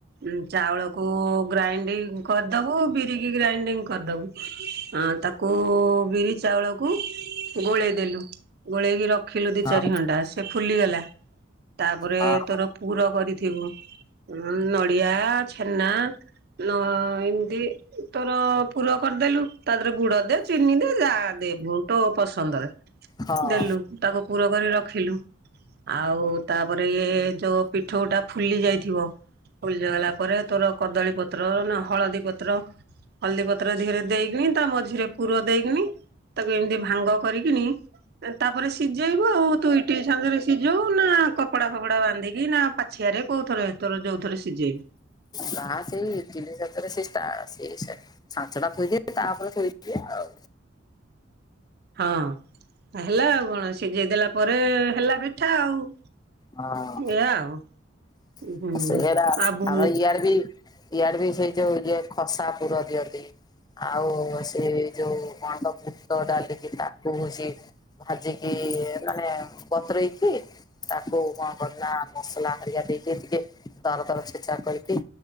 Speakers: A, on the right; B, on the left.
A: ଉ ଚାଉଳକୁ ଗ୍ରାଇଣ୍ଡିଙ୍ଗ କରିଦବୁ ବିରିକି ଗ୍ରାଇଣ୍ଡିଙ୍ଗ କରିଦବୁ ଆଁ ତାକୁ କୁ ବିରି ଚାଉଳକୁ ଗୋଳେଇ ଦେଲୁ ଗୋଳେଇକି ରଖି ରଖିଲୁ ଦି
B: ହଁ
A: ଚାରି ଘଣ୍ଟା ସେ ଫୁଲିଗଲା। ତାପରେ
B: ହଁ
A: ତୋର ପୁର କରିଥିବୁ ନଡିଆ ଛେନା ନ ଏମିତି ତୋର ପୁର କରିଦେଲୁ। ତା ଦେହରେ ଗୁଡ ଦେ ଚିନି ଦେ ଯାହା ଦେବୁ ତୋ ପସନ୍ଦରେ
B: ହଁ
A: ଦେଲୁ ତାକୁ ପୂୁର କରି ରଖିଲୁ ଆଉ ତାପରେ ଇଏ ଯୋଉ ପିଠଉଟା ଫୁଲି ଯାଇଥିବ ଫୁଳି ଯଗଲା ପରେ ତୋର କଦଳୀ ପତ୍ର ନା ହଳଦୀ ପତ୍ର ହଳଦୀ ପତ୍ର ଧୀରେ ଦେଇକିନି ତା ମଝିରେ ପୁର ଦେଇକିନି ତାକୁ ଏମିତି ଭାଙ୍ଗ କରିକିନି ତାପରେ ସିଝେଇବ ଆଉ ତୁ ଇଟିଲିରେ ସିଝଉ ନା କପଡା ଫପଡା ବାନ୍ଧିକି ନା ପାଛିଆରେ କୋଉଥରେର ଯୋଉ ଥରେ ସିଝେଇ?
B: ନା ସେଇ ତିନିଶାତରେ ସୋ ସେ ସାଞ୍ଚଟା ଥୋଇଦ ତାପରେ ଥୋଇଦିବେ ଆଉ
A: ହଁ ହେଲା ଆଉ କଣ ସିଝେଇ ଦେଲା ପରେ ହେଲା ପିଠା ଆଉ।
B: ହଁ
A: ଏଇଆ ଆଉ ହୁଁ
B: ସେଟା
A: ଆଉ ବୁ
B: ଆମର ଇୟଡେ ବି ଇଆଡେ ବି ସେଇ ଯୋଉ ଇଏ ଖସା ପୁର ଦିଅନ୍ତି। ଆଉ ସେ ଯୋଉ କଣ ତ ବୁଟ ଡାଲିକି ତାକୁ <unintelligible> ଭାଜିକି ମାନେ ବତୁରେଇକି ତାକୁ କଣ କରେନା ମସଲା ହାରିକା ଦେଇକି ଟିକେ ଦର ଦର ଛେଚା କରିକି